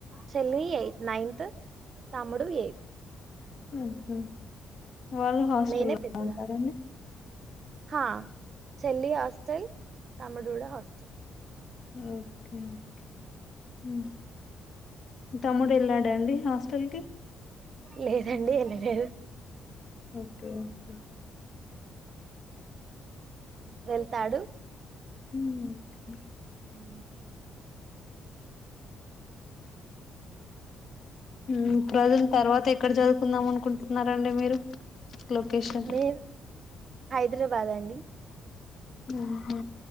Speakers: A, on the right (about 50°); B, on the left (about 55°).
A: చెళ్ళి ఎయి నైన్త్ తమ్ముడు ఏ
B: ఉహు వాళ్ళు హాస్టల్లో
A: నేనే పెద్దదాన్ని
B: ఉంటారండి
A: హా చెెల్లి హాస్టల్ తమ్ముడు గూడా హాస్టల్
B: ఓకే ఓకే ఉమ్ మీ తమ్ముడు ఎళ్ళాడా అండి హాస్టల్ కి
A: లేదండి ఎళ్ళలేరు
B: ఓకే ఓకే
A: వెళ్తాడు
B: ఉమ్ నైటుకి
A: ఉమ్
B: ఉ ప్రజెంట్ తర్వాత ఎక్కడ జదువుకుందాం అనుకుంటున్నారండి మీరు లోకేషన్
A: నేను హైదరాబాద్ అండి
B: ఊహు